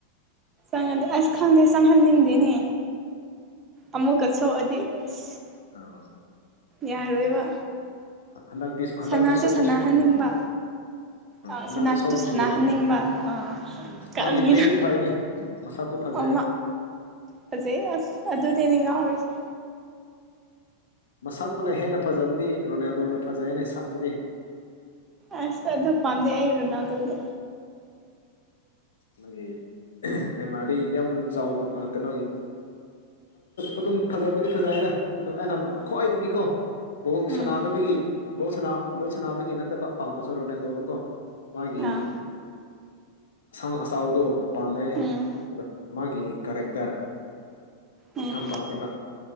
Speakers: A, on the right; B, on the left.
A: ꯆꯪꯉꯗꯤꯦ ꯑꯁ ꯈꯪꯗꯦ ꯆꯪꯍꯟꯅꯤꯡꯗꯦꯅꯦ ꯑꯃꯨꯛꯀꯁꯨꯣꯛꯑꯗꯤ ꯑꯁ
B: ꯑ
A: ꯌꯥꯔꯣꯏꯕ
B: ꯍꯟꯗꯛꯇꯤ ꯍꯟꯗꯛꯇꯤ
A: ꯁꯅꯥꯁꯨ
B: ꯁꯣꯛꯄꯁꯨ
A: ꯁꯥꯟꯅꯍꯟꯅꯤꯡꯕ
B: ꯎꯝ
A: ꯑ
B: ꯍꯟꯗꯛꯇꯤ
A: ꯁꯅꯥꯁꯨ
B: ꯁꯣꯛꯄꯁꯨ
A: ꯁꯅꯍꯟꯅꯤꯡꯕ
B: ꯌꯥꯏꯅꯦ
A: ꯑ
B: ꯎꯝ
A: ꯀꯔꯤ
B: ꯃꯥꯒꯤ ꯄ꯭ꯂꯦꯗꯤ ꯐꯩꯅꯦ ꯃꯁꯛꯁꯨ ꯐꯖꯩ
A: ꯑꯣ ꯐꯖꯩ ꯑꯁ ꯑꯗꯨꯗꯤꯅꯦ ꯉꯥꯎꯔꯤꯁꯦ
B: ꯃꯁꯥꯛꯛꯇꯨꯅ ꯍꯦꯟꯅ ꯐꯖꯕꯗꯤ ꯔꯣꯅꯦꯜꯗꯣꯅ ꯐꯖꯩ ꯌꯦꯅꯦ ꯁꯛꯄꯨꯗꯤ
A: ꯑꯁ ꯑꯗꯨ ꯄꯥꯝꯗꯦ ꯑꯩꯔꯨ ꯅ ꯑꯗꯨꯗꯤ
B: ꯑꯗꯨꯒꯤ ꯅꯦꯃꯥꯗꯤ ꯌꯥꯝ ꯆꯥꯎꯗ ꯐꯪꯉꯛꯀꯅꯤ ꯑꯗꯨꯝ ꯐꯖꯕꯨꯗꯤ ꯐꯖꯩ ꯍꯥꯏꯅ ꯑꯗꯨ ꯑꯩꯅ
A: ꯑꯥ
B: ꯈ꯭ꯋꯥꯏꯗꯤ ꯀꯀꯣ ꯕꯣꯜ
A: ꯎꯝ
B: ꯁꯥꯟꯅꯥꯗꯕꯒꯤ ꯕꯣꯜ ꯕꯣꯜ ꯁꯥꯟꯅꯕꯒꯤ ꯅꯠꯇꯕ ꯄꯥꯝꯕꯁꯨ ꯔꯣꯅꯦꯜꯗꯣꯗ ꯀꯣ ꯃꯥꯒꯤ
A: ꯑꯥ
B: ꯑꯁꯥꯡ ꯑꯆꯥꯎꯗꯣ ꯄꯥꯝꯃꯦ
A: ꯎꯝ
B: ꯑꯗꯨꯒ ꯃꯥꯒꯤ ꯀꯔꯦꯛꯇꯔ
A: ꯎꯝ
B: ꯌꯥꯝ ꯄꯥꯝꯃꯦꯕ